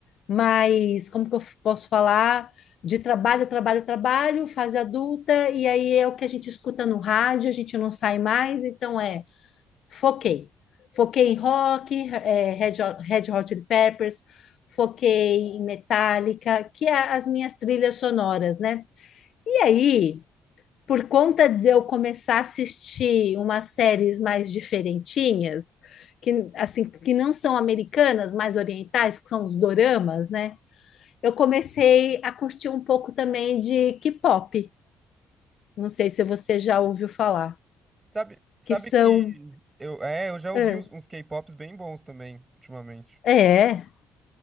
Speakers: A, on the left (about 65°); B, on the right (about 25°).
A: mais, como que eu posso falar? De trabalho, trabalho, trabalho, fase adulta, e aí é o que a gente escuta no rádio, a gente não sai mais, então é, foquei. Foquei em rock, é, Red, Hot- Red Hot Chili Peppers, foquei em Metallica, que é as minhas trilhas sonoras, né? E aí, por conta de eu começar a assistir umas séries mais diferentinhas, que assim, que não são americanas, mais orientais, que são os doramas, né? Eu comecei a curtir um pouco também de K-pop. Não sei se você já ouviu falar,
B: Sabe, sabe
A: que são
B: que eu, é, eu já ouvi
A: ah,
B: uns, uns K-pops bem bons também ultimamente.
A: é,